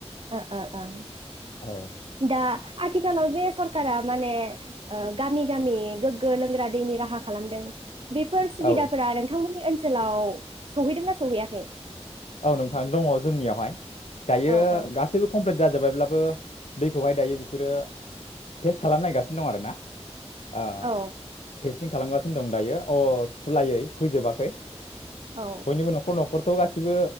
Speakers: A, on the right; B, on the left.
A: ओ ओ ओ
B: औ
A: दा आथिखालाव जे सरखारा माने गामि गामि गोग्गो लोंग्रा दैनि राहा खालामदों । बेफोर सुबिदाफोरा
B: औ
A: नोंथांमोन नि ओनसोलाव सहैदोंना सहैयाखै?
B: औ नोंथां दंङ जोंनियावहाय । दायो
A: औ औ
B: गासैबो कमप्लिट जाजोबबायब्लाबो दैखौहाय दायो बि सोरो टेस्ट खालामनो नायगासिनो दं आरोना ओ
A: औ
B: टेस्टिं खालामगासिनो दं दायो । अ खुलायै फैजोबाखै
A: औ
B: बयनिबो न'खर न'ख हरथ'गास थिबो